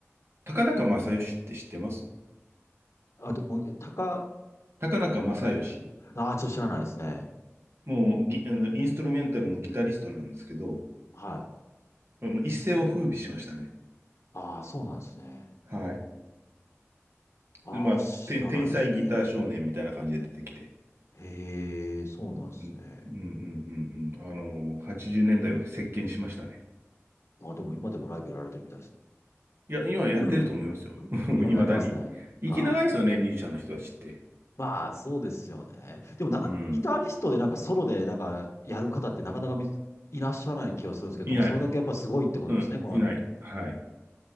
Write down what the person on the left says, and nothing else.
あと、もう、高、
ああ、ちょっと知らないですね。
はい。
ああ、そうなんですね。
ああ、
知らないですね。
へえ、そうなんですね。
あ、でも今でもライブやられてるみたいですね。
<laughs>
今もやってますね。
はい。
まあ、そうですよね。でも、なかなかギタリストでなんかソロでなんかやる方ってなかなかみいらっしゃらない気がするんですけど、
でもそれだけやっぱすごいってことですね。
この、